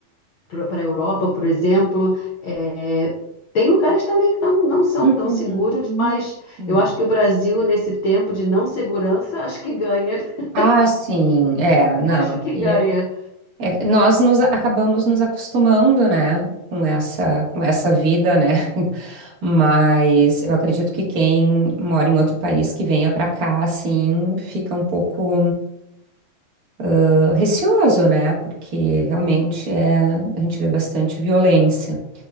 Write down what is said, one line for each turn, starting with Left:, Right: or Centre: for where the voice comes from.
Left: para a Europa, por exemplo, é, tem lugares também que não, não são
Right: Uhum.
Left: tão seguros, mas
Right: Hum.
Left: Eu acho que o Brasil, nesse tempo de não segurança, acho que ganha. <laughs>
Right: Ah, sim, é, não,
Left: Acho
Right: aqui
Left: que ganha.
Right: é É, nós nos acabamos nos acostumando, né, com essa, com essa vida, né? <laughs> Mas eu acredito que quem mora em outro país que venha para cá, assim, fica um pouco ah, receoso, né? Porque realmente é, a gente vê bastante violência.